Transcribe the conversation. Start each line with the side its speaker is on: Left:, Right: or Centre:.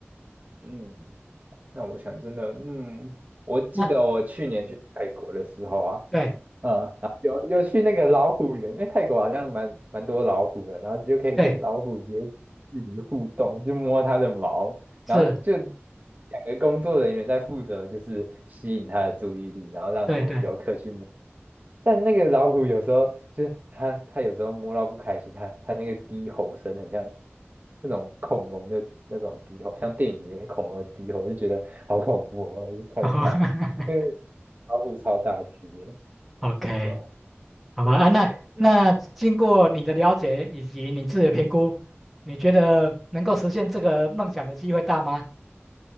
Right: 嗯，那我想真的，嗯，我记得我去年去泰国的时候啊，
Centre: 那对
Right: 嗯，然后有有去那个老虎园，因为泰国好像蛮蛮多老虎的，然后就可以跟老虎直接距离互动，
Centre: 对
Right: 就摸它的毛，
Centre: 是，
Right: 然后就两个工作人员在负责就是吸引它的注意力，然后让我们游客去。
Centre: 对对
Right: 但那个老虎有时候就是它，它有时候摸到不开心，它它那个低吼声很像那种恐龙的那种低吼，像电影里面恐龙的低吼，我就觉得好恐怖哦，我就快跑！
Centre: <laughs>
Right: 因为
Centre: 哦
Right: 老虎超大只的，
Centre: ，OK，
Right: 对吧？
Centre: 好吧啊，那那经过你的了解以及你自己的评估，
Right: 也嗯，
Centre: 你觉得能够实现这个梦想的机会大吗？